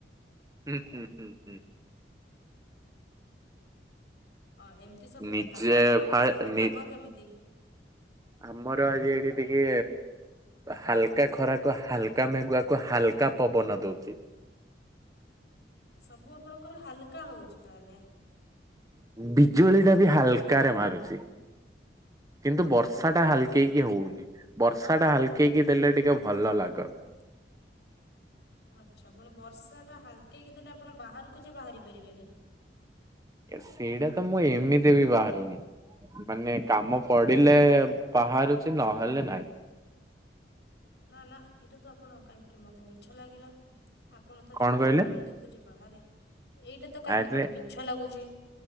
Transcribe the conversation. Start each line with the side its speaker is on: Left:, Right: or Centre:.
Right: ହୁଁ ହୁଁ ହୁଁ ହୁଁ।
Left: ହଁ ଏମିତି ସବୁ
Right: ନିଜେ
Left: କଥା ଆଉ ଆପଣଙ୍କର
Right: ଫା
Left: ସେପଟେ
Right: ନି
Left: ପାଗ କେମିତି?
Right: ଆମର ଆଜି ଏଠି ଟିକେ ହାଲକା ଖରାକୁ ହାଲକା ମେଗୁଆକୁ ହାଲକା କା ପବନ ଦଉଛି।
Left: ସବୁ ଆପଣଙ୍କର ହାଲକା ହେଉଛି ତାହେଲେ।
Right: ବିଜୁଳି ଟା ବି ହାଲକାରେ ମାରୁଛି କିନ୍ତୁ ବଷ ବର୍ଷା ଟା ହାଲକେଇକି
Left: ଆଚ୍ଛା
Right: ହଉନି ବର ଷା ଟା ହାଲକେଇକି ଦେଲେ ଟିକେ ଭଲ ଲାଗନ୍ତା
Left: ଆଛା ପୁଣି ବର୍ଷା ଟା ହାଲକେକିି ଦେଲେ ଆପଣ ବାହାରକୁ ଯେ ବାହାରି ପାରିବେନି।
Right: ସେଇଟା ତ ମୁଁ ଏମିତି ବି ବାହାରୁନି। ମାନେ କାମ ପଡିଲେ ବାହାରୁଛି ନହେଲେ ନାଇଁ।
Left: ନା ନା ଏଇଟା ତ ଆପଣ କାହିଁକି ମତେ ମିଛ ଲାଗିଲା। ଆପଣ ତ
Right: କଣ
Left: ଯେତେବେଳେ
Right: କହିଲେ
Left: ମୁଁ ଦେଖୁଛି ବାହାରେ ଏଇଟା ତ କାହିଁକି
Right: ଆରେ
Left: ମୋତେ ମିଛ ଲାଗୁଛି।